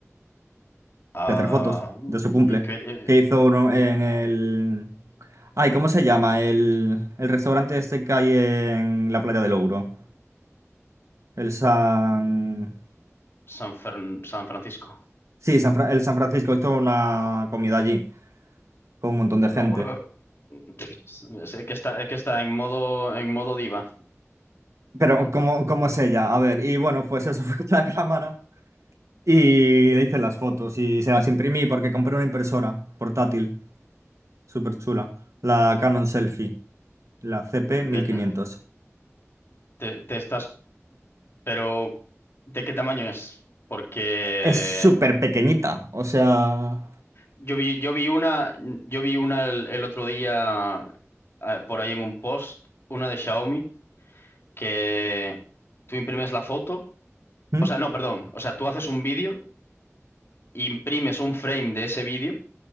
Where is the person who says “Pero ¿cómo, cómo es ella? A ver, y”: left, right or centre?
Right